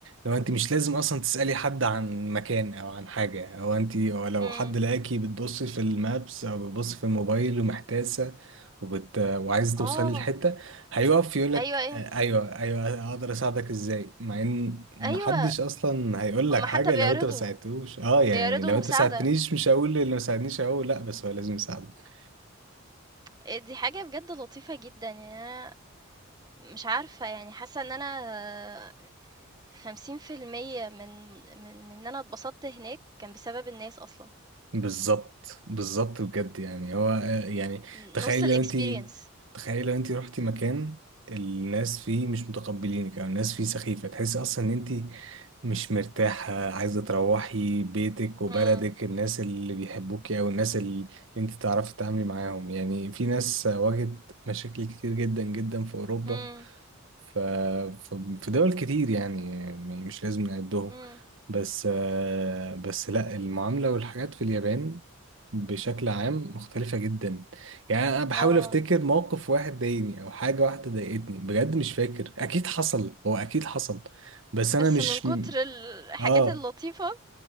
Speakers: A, on the right; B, on the right.
A: لو انت مش لازم اصلا تسألي حد عن مكان او عن حاجة او انت أو لو
B: إمم،
A: حد لقاكي بتبصي في المابس او بتبصي في الموبايل ومحتاسة وبت... وعايزة توصلي
B: آه،
A: لحتة هيقف يقولك
B: أيوه، أيوه،
A: آه، ايوه ايوه اقدر اساعدك ازاي مع ان محدش
B: أيوه،
A: اصلا هيقول
B: هُم
A: لك
B: حتى
A: حاجة
B: بيعرضوا،
A: لو انت ما ساعدتوش اه يعني
B: بيعرضوا
A: لو
B: المساعدة،
A: انت ساعدتنيش مش هقول اللي ما ساعدنيش هقول لا بس هو لازم يساعدك
B: آآ، دي حاجة بجد لطيفة جدًا، يعني أنا مش عارفة يعني حاسة إن أنا 50% من من إن أنا اتبسطت هناك كان بسبب الناس أصلًا.
A: بالظبط بالظبط بجد يعني هو آه، يعني
B: نُص
A: تخيل
B: الexperience.
A: لو انت تخيل لو انت رحتي مكان الناس فيه مش متقبلينك او الناس فيه سخيفة تحسي اصلا ان انت مش مرتاحة عايزة تروحي بيتك وبلدك
B: إمم،
A: الناس اللي بيحبوكي او الناس اللي انت تعرفي تتعاملي معاهم يعني في ناس واجهت مشاكل كتير جدا جدا في اوروبا
B: إمم،
A: ف... ف- في دول كتير يعني م- مش لازم نعدهم
B: إمم.
A: بس آه، بس لا المعاملة والحاجات في اليابان بشكل عام مختلفة جدا يعني أنا بحاول
B: آه،
A: أفتكر موقف واحد ضايقني أو حاجة واحدة ضايقتني بجد مش فاكر أكيد حصل هو أكيد حصل بس أنا
B: بس
A: مش
B: من كتر الحاجات
A: آه
B: اللطيفة،